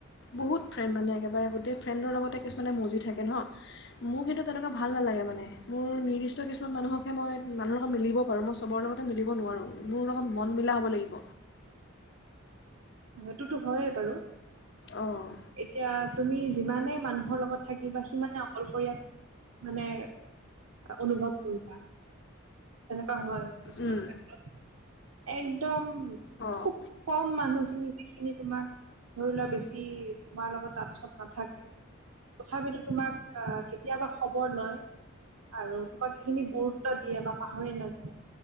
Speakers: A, on the left; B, on the right.
A: বহুত ফ্ৰেণ্ড মানে একেবাৰে গোটেই ফ্ৰেণ্ডৰ লগতে কিছুমানে মজি থাকে ন মোৰ কিন্তু তেনেকুৱা ভাল নালাগে নালাগে মানে মোৰ নিশ্চয় কিছুমান মানুহকহে মই মানুহৰ লগত মিলিব পাৰোঁ মই চবৰে লগতে মিলিব নোৱাৰোঁ মোৰ লগত মন মিলা হ'ব লাগিব
B: সেইটোতো হয়ে বাৰু
A: অ',
B: এতিয়া তুমি যিমানে মানুহৰ লগত থাকিবা সিমানে অলশৰীয়া মানে অনুভৱ কৰিবা তেনেকুৱা হয় কিছুমান
A: উম,
B: ক্ষেত্ৰত একদম
A: অ',
B: খুব কম মানুহখিনি সেইখিনি তোমাক ধৰি লোৱা বেছি তোমাৰ লগত তাঁতচত নাথাকে তথাপিতো তোমাক অ কেতিয়াবা খবৰ লয় আৰু তোমাক সেইখিনি গুৰুত্ব দিয়ে বা পাহৰি নাযায়